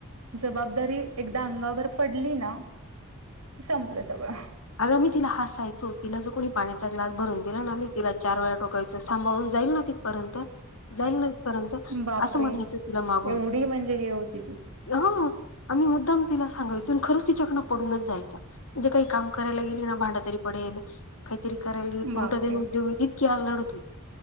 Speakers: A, on the right; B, on the left.
A: जबाबदारी एकदा अंगावर पडली ना, संपलं सगळं
B: अग आम्ही तिला हासायचो तिला जर कोणी पाण्याचा ग्लास भरून दिला ना मी तिला चार वेळा टोकायचं सांभाळून जाईल ना तिथपर्यंत. जाईल न तिथपर्यंत
A: बापरे
B: असं म्हणायचं तिला मागून.
A: एवढी म्हणजे हे होती ती.
B: ह आम्ही मुद्दाम तिला सांगायचो आणि खरच तिच्याकनं पडूनच जायचा म्हणजे काही काम करायला गेली ना भांड तरी पडेल, काहीतरी कराय गेलं
A: बापरे.
B: उलट दे उद्योग व इतकी अल्लड होती ती